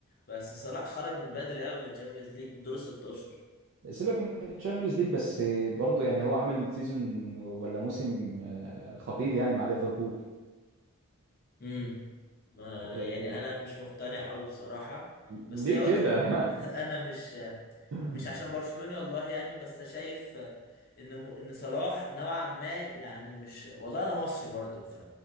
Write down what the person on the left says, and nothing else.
بس صلاح خرج من بدري قوي من الشامبيونز ليج من دور ال 16
امم ما
يعني انا مش مقتنع قوي بصراحة بس
هي وجه
<laughs> انا مش
مش عشان برشلوني والله يعني بس شايف آه، ان م- ان صلاح نوعا ما يعني مش والله انا مصري برضو ف